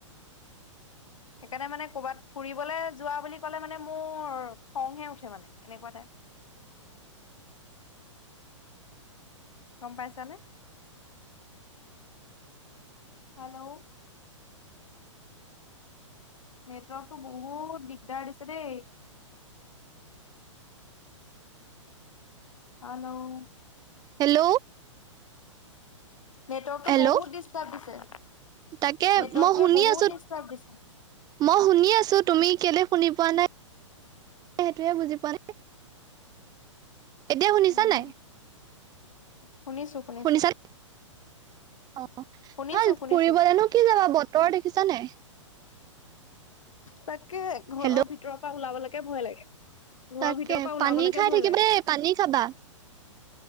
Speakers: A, on the right; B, on the left.
A: <inaudible>
B: সেইকাৰণে মানে ক'ৰবাত ফুৰিবলৈ যোৱা বুলি কলে মানে মোৰ খংহে উঠে মানে, এনেকুৱা টাইপ।
A: <inaudible>
B: গম পাইছানে? হেল্ল'। নেটৱৰ্কটো বহুত দিগদাৰ দিছে দেই। হেল্ল'।
A: হেল্ল'।
B: নেটৱৰ্কতটো
A: হেল্ল'
B: বহুত ডিষ্টাৰ্ব দিছে।
A: তাকে
B: নেটৱৰ্কটোৱে
A: মই শুনি
B: বহুত
A: আছো,
B: ডিষ্টাৰ্ব দিছে
A: মই শুনি আছো তুমি কেলে শুনি পোৱা নাই সেইটোয়ে বুজি পোৱা নাই। এতিয়া শুনিছা
B: উম
A: নাই?
B: শুনিছো শুনিছো
A: শুনিছা? অ
B: শুনিছো শুনিছো
A: ফুৰিবলেনো কি যাবা, বতৰ দেখিছানে নাই?
B: তাকে ঘৰৰ
A: হেল্ল'
B: ভিতৰৰ পৰা ওলাবলৈকে ভয় লাগে। ঘৰৰ
A: তাকে
B: ভিতৰৰ পৰা ওলাবলৈকে
A: পানী খাই
B: ভয়
A: থাকিবা
B: লাগে।
A: দেই পানী খাবা